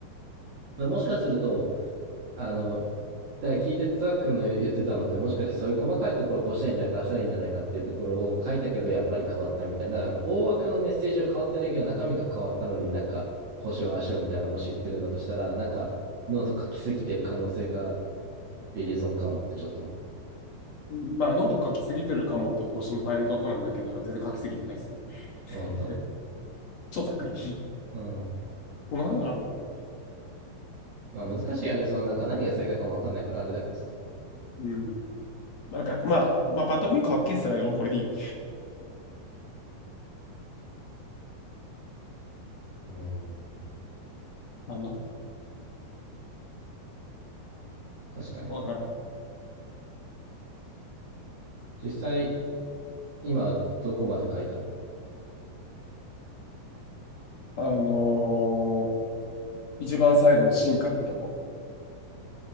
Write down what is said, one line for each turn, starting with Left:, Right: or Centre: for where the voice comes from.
Right: らもしかすると、あの、だから聞いてて、つわくんの言ってたのって、もしかしてそういう細かいところこうしたらいいんじゃないか、ああしたらいいんじゃないかっていうところを書いたけど、やっぱり変わったみたいな。だから、大枠のメッセージは変わってないけど、中身が変わったのになんか、こうしよう、ああしようみたいなのもし言ってるんだとしたら、なんか、ノート書きすぎてる可能性がビリゾンかもってちょっと思
Left: うん。まあ、ノート書きすぎてるかもっていうご心配のとこなんだけど、全然書きすぎてないですね。
Right: う。あ本当。
Left: <laughs> 超ざっくり。
Right: うん。
Left: 同じなのかな
Right: まあ難しいよね。そのなんか何が正解かもわかんないからあれだけどさ。
Left: うん。まあ、なんか、まあ、まあ、パッと見かっけえっすね。でもこれでいい。
Right: うん。
Left: あの、
Right: 確かにね。
Left: わかる。
Right: 実際、今どこまで書いたの
Left: あのー一番最後の進化ってとこ。